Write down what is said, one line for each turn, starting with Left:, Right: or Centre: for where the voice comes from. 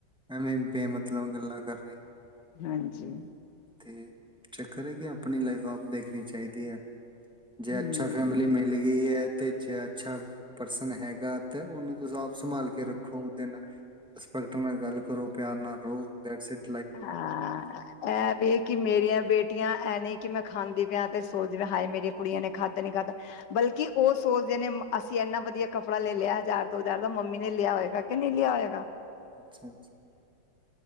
Centre: ਐਵੇਂ ਬੇਮਤਲਬ ਗੱਲਾਂ ਕਰਨੀਆ।
Left: ਹਾਂਜੀ
Centre: ਤੇ ਚੱਕਰ ਹੈ ਕਿ ਆਪਣੀ ਲਾਈਫ ਆਪ ਦੇਖਣੀ ਚਾਹੀਦੀ ਹੈ। ਜੇ
Left: ਹੂੰ।
Centre: ਅੱਛਾ ਫੈਮਿਲੀ ਮੀਟ ਮਿਲ ਗਈ ਹੈ ਤੇ ਜੇ ਅੱਛਾ ਪਰਸਨ ਹੈਗਾ ਤੇ ਉਹਨੂੰ ਤੁਸੀਂ ਆਪ ਸੰਭਾਲ ਕੇ ਰੱਖੋ ਉਹਦੇ ਨਾਲ ਰਿਸਪੈਕਟ ਨਾਲ ਗੱਲ ਕਰੋ ਪਿਆਰ ਨਾਲ ਰਹੋ ਦੈਸਇਟ
Left: ਹਾਂ ਕਿ ਮੇਰੀਆਂ ਬੇਟੀਆਂ ਐਨ ਕਿ ਮੈਂ ਖਾਂਦੀ ਪਿਆ ਤੇ ਸੋਚਦੇ ਪ ਹਾਏ ਮੇਰੀ ਕੁੜੀਆਂ ਨੇ ਖਾਧਾ ਨੀ ਖਾਧਾ ਬਲਕਿ ਉਹ ਸੋਚਦੇ ਨੇ ਅਸੀਂ ਇੰਨਾ ਵਧੀਆ ਕੱਪੜਾ ਲਿਆ ਹਜ਼ਾਰ ਦੋ ਹਜ਼ਾਰ ਦਾ ਮੰਮੀ ਨੇ ਲਿਆ ਹੋਏਗਾ ਕਿ ਨਹੀਂ ਲਿਆ ਹੋਏਗਾ
Centre: ਅੱਛਾ ਅੱਛਾ